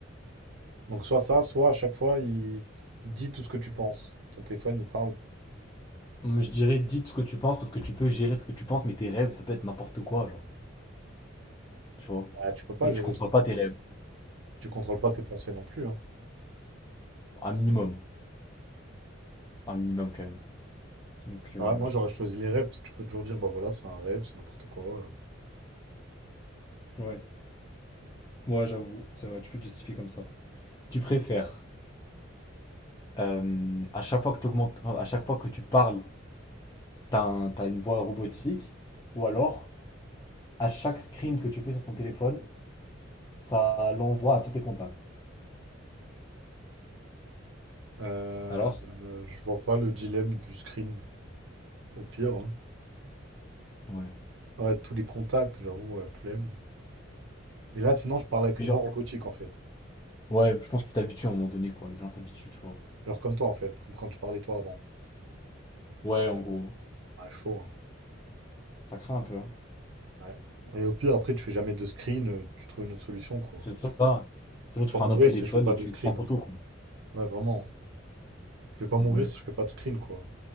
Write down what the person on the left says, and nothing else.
Hum, Je dirais, dites ce que tu penses parce que tu peux gérer ce que tu penses, mais tes rêves, ça peut être n'importe quoi, genre, tu vois.
Et
tu contrôles
pas tes rêves.
Un minimum. Un minimum quand même. Donc, euh,
ouais, je
sais pas.
Ouais, moi j'avoue, c'est vrai, tu peux te justifier comme ça. Tu préfères, euh, à chaque fois que t'augmentes- enfin, à chaque fois que tu parles, t'as un- t'as une voix robotique, ou alors, à chaque screen que tu fais sur ton téléphone, ça l'envoie à tous tes contacts.
Alors?
Ouais.
Et
genre-
Ouais, je pense que tu t'habitues à un moment donné, quoi. Les gens s'habituent, tu vois.
Ouais, en gros.
Ça craint un peu, hein.
C'est ça. Sinon,
tu prends
un autre téléphone
et
tu
prends photo,
quoi.
Donc,
ouais.